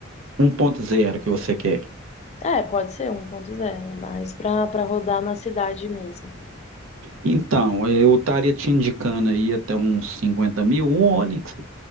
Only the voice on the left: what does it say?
É, pode ser um ponto zero, mas pra, pra rodar na cidade mesmo.